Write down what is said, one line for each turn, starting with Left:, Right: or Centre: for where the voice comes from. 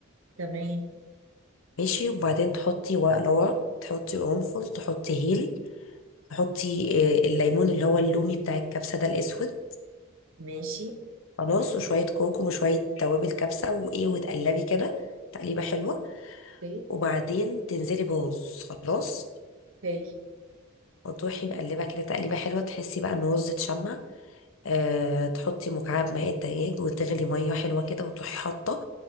Right: تمام
Left: ماشي وبعدين تحطي ورق لورا تحطي قرنفل تحطي هيل تحطي آه، الليمون اللي هو اللومي بتاع الكبسة ده الأسود
Right: ماشي
Left: خلاص وشوية كركم وشوية توابل كبسة وإيه وتقلبي كده تقليبة حلوة
Right: اوكي
Left: وبعدين تنزلي برز خلاص
Right: اوكي
Left: وتروحي مقلبة كده تقليبة حلوة تحسي بقى إن الرز اتشمع أه تحطي مكعب ماء الدجاج وتغلي مية حلوة كده وتروحي حاطة